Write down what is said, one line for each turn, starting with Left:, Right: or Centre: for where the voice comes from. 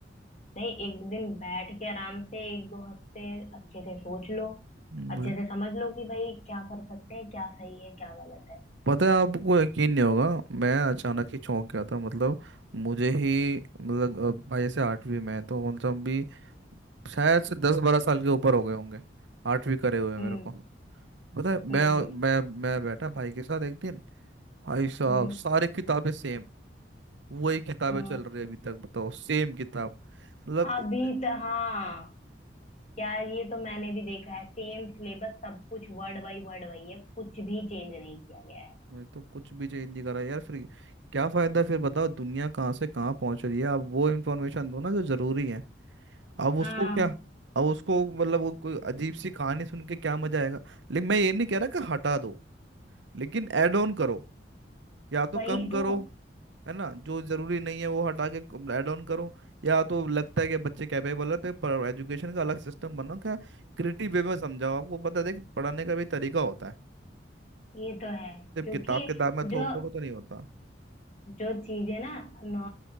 Left: नहीं एक दिन बैठ के आराम से एक दो हफ्ते अच्छे से सोच लो
Right: है
Left: अच्छे से समझ लो कि भाई क्या कर सकते हैं क्या सही है क्या गलत है
Right: पता है आपको यकीन नहीं होगा मैं अचानक ही चौंक गया था मतलब मुझे ही मतलब अ, भाई ऐसे आठवीं में है, तो कौन सा हम भी शायद से दस बारह साल के ऊपर हो गए होंगे आठवीं करे हुए मेरे
Left: हम्म
Right: को पता है मैं
Left: हम्म हम्म
Right: मैं मैं बैठा भाई के साथ एक दिन भाई साहब
Left: हम्म,
Right: सारी किताबें सेम वही किताबें
Left: हाँ
Right: चल रही है अभी तक बताओ सेम किताब मतलब
Left: अभी
Right: इत-
Left: तो हाँ यार ये तो मैंने भी देखा है सेम सिलेबस सब कुछ वर्ड बाय वर्ड वही है कुछ भी चेंज नहीं किया गया है
Right: नहीं तो कुछ भी चेंज नहीं करा यार फिर क्या फायदा फिर बताओ दुनिया कहाँ से कहाँ पहुंच रही है आप वो इन्फॉर्मेशन दो ना जो जरूरी है अब उसको
Left: हाँ
Right: क्या अब उसको मतलब वो कोई अजीब सी कहानी सुन के क्या मजा आएगा लेकिन मैं ये नहीं कह रहा कि हटा दो लेकिन ऐड ऑन करो या तो
Left: वही
Right: कम करो
Left: तो
Right: है ना जो जरूरी नहीं है वो हटा के ऐड ऑन करो या तो लगता है कि बच्चे कैपेबल है तो पर एजुकेशन का अलग सिस्टम बनाओ क्या क्रिएटिव वे में समझाओ आपको पता है देख पढ़ाने का भी तरीका होता है
Left: ये तो है
Right: सिर्फ
Left: क्योंकि
Right: किताब किताब में
Left: जो
Right: थोप दोगे तो नहीं होता
Left: जो चीजें ना नौ